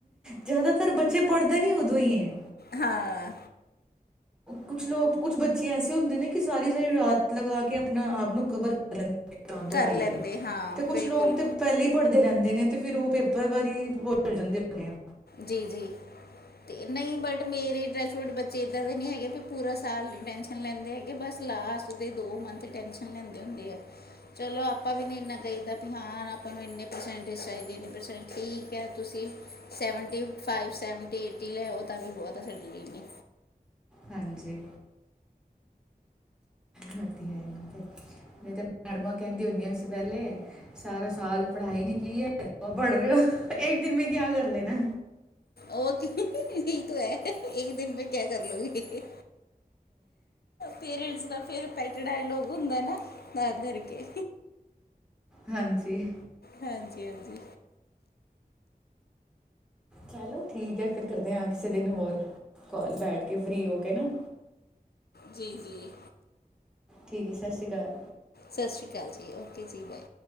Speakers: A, in the centre; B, on the left.
A: ਜ਼ਿਆਦਾਤਰ ਬੱਚੇ, ਪੜ੍ਹਦੇ ਵੀ ਉਦੋਂ ਹੀ ਐ।
B: ਹਾਂ।
A: ਕੁਛ ਲੋਕ ਕੁਛ ਬੱਚੇ ਐਸੇ ਹੁੰਦੇ ਨੇ, ਕਿ ਸਾਰੀ-ਸਾਰੀ ਰਾਤ ਲਗਾ ਕੇ ਆਪਣਾ ਆਪ ਨੂੰ ਕਵਰ ਕਰ ਲੈਂਦੇ ਨੇ ਜਾਨ ਤੋਂ
B: ਕਰ
A: ਪੈਲੇ
B: ਲੈਂਦੇ ਹਾਂ
A: ਤੇ ਕੁਛ
B: ਬਿਲਕੁਲ
A: ਲੋਕ ਤੇ ਪੈਲੇ ਈ ਭਰਦੇ ਰੈਂਦੇ ਨੇ ਤੇ ਫਿਰ ਓ ਪੇਪਰ ਵਾਰੀ ਹੋਰ ਭੁੱਲ ਜਾਂਦੇ ਹੋਣੇ ਆ।
B: ਜੀ ਜੀ। ਤੇ ਨਈ ਬਟ ਮੇਰੇ ਡਰੇਸ ਵੁਡ ਬੱਚੇ ਇੱਦਾਂ ਦੇ ਨਈ ਹੈਗੇ ਵੀ ਪੂਰਾ ਸਾਲ ਟੈਨਸ਼ ਲੈਂਦੇ ਹੈਗੇ ਬਸ ਲਾਸਟ ਦੇ ਦੋ ਮੰਥ ਟੈਨਸ਼ਨ ਲੈਂਦੇ ਹੁੰਦੇ ਆ। ਚਲੋ ਆਪਾਂ ਵੀ ਨਈ ਇੰਨਾ ਕਈਦਾ ਵੀ ਹਾਂ ਹੁਨ ਆਪਾਂ ਨੂੰ ਇੰਨੇ ਪ੍ਰਸੈਂਟੇਜ ਚਾਈਦੇ ਨੇ ਪ੍ਰਸੈਂਟ ਠੀਕ ਐ ਤੁਸੀ ਸੈਵਨਟੀ ਫਾਈਵ ਸੈਵਨਟੀ ਏਟੀ ਲੈ ਆਓ ਤਾਂ ਵੀ ਬੌਤ ਆ ਸਾਡੇ ਲਈ ਏਨੇ।
A: ਹਾਂਜੀ। ਵਦੀਆ ਜੀ ਵਦੀਆ। ਨਈ ਤੇ ਮੈਡਮਾਂ ਕੇਂਦੀਆ ਹੁੰਦੀਆਂ ਸੀ ਪੈਲੇ ਸਾਰਾ ਸਾਲ ਪੜ੍ਹਾਈ ਨੀ ਕੀ ਹੈ ਅਬ ਪੜ੍ਹ ਰੇ ਓ ਏਕ ਦਿਨ ਮੈਂ ਕਿਆ ਕਰ ਲੇਨਾ।
B: ਓ ਕਿ ਯਹੀ ਤੋ ਹੈ ਏਕ ਦਿਨ ਮੈਂ ਕਿਆ ਕਰ ਲੋਗੇ? ਪੇਰੈਂਟਸ ਦਾ ਫੇਰ ਪੈਟ ਡਾਇਲੋਗ ਹੁੰਦਾ ਏ ਨਾ ਤਾਂ ਕਰ ਕੇ।
A: ਹਾਂਜੀ।
B: ਹਾਂਜੀ ਹਾਂਜੀ।
A: ਚਲੋ ਠੀਕ ਐ ਫਿਰ ਕਰਦੇ ਆਂ ਕਿਸੇ ਦਿਨ ਹੋਰ ਕੋਲ ਬੈਠ ਕੇ ਫਰੀ ਹੋ ਕੇ ਨਾ।
B: ਜੀ ਜੀ।
A: ਠੀਕ ਐ ਸਾਸਰੀ ਕਾਲ।
B: ਸਾਸਰੀ ਕਾਲ ਜੀ, ਓਕੇ ਜੀ ਬਾਏ।